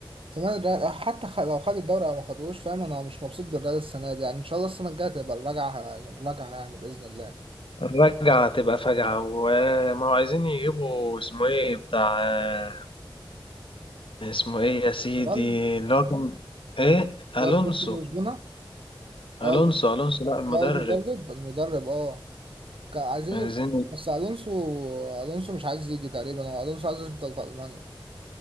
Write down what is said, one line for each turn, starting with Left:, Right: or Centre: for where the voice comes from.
Right: زمان الريال حتى خ- لو خد الدوري او ما خدوش فاهم انا مش مبسوط بالريال السنه دي يعني ان شاء الله السنه الجايه تبقى الرجعه الرجعه يعني باذن الله
Left: الرجعة تبقى فجعة وما هو عايزين يجيبوا اسمه ايه بتاع آه، اسمه ايه يا سيدي
Right: تمام
Left: اللي هو كان ايه
Right: ده
Left: الونسو
Right: سبورتنج لشبونه اه
Left: الونسو
Right: ال-
Left: الونسو لا المدرب
Right: آه، المدرب المدرب اه كان عايزين
Left: عايزين
Right: يجيب بس الونسو الونسو مش عايز يجي تقريبا هو الونسو عايز يفضل في المانيا